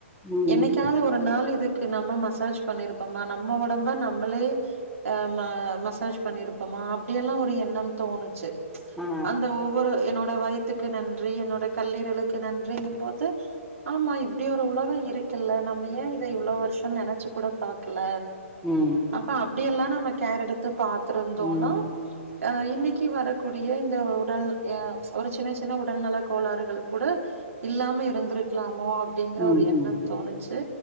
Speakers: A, in the centre; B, on the right.
A: ம்
B: என்னைக்காவுது ஒரு ஒரு நாள் இதுக்கு நம்ம மசாஜ் பண்ணிருப்போம்மா நம்ம உடம்ப நம்மளே ஆமா மசாஜ் பண்ணிருப்போமா அப்புடியெல்லா ஒரு எண்ணம் தோணுச்சு
A: ஆ
B: அந்த ஒவ்வொரு என்னோட வயத்துக்கு நன்றி என்னோட கல்லீரலுளுக்கு நன்றிங்கும் போது ஆமா இப்புடி ஒரு உலக இருக்குல்ல நம்ம ஏன் இத இவ்வுளவு வருஷ நெனைச்சு கூட பாக்கல
A: ம்
B: அப்ப அப்புடிய எல்லா நம்ம கேர் எடுத்து பாத்துருந்தோனா
A: ம்
B: ஆ இன்னைக்கு வரக்கூடிய இந்த உடல் ஆ ஒரு சின்ன சின்ன உடல் நல கோளாறுகள் கூட இல்லாம இருந்திருக்கலாமோ அப்புடிங்கிற
A: ம்
B: ஒரு எண்ணம்
A: ம்
B: தோணுச்சு